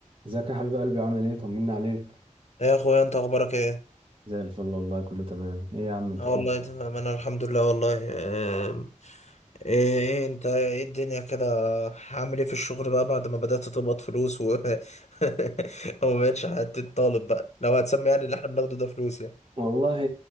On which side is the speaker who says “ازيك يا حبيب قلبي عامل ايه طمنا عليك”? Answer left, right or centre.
Right